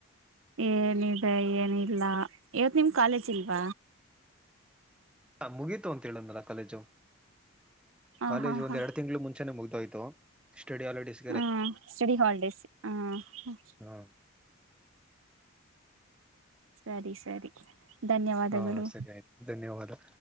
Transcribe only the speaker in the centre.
ಹಾ ಮುಗೀತು ಅಂತ ಹೇಳುದ್ನಲ ಕಾಲೇಜು.
ಕಾಲೇಜ್
ಒಂದ್
ಎರಡು ತಿಂಗ್ಳು ಮುಂಚೆನೆ ಮುಗ್ದೋಯ್ತು ಸ್ಟಡಿ ಹಾಲಿಡೇಸ್
ಹಾ
ಹಾ ಸರಿ ಆಯ್ತು ಧನ್ಯವಾದ.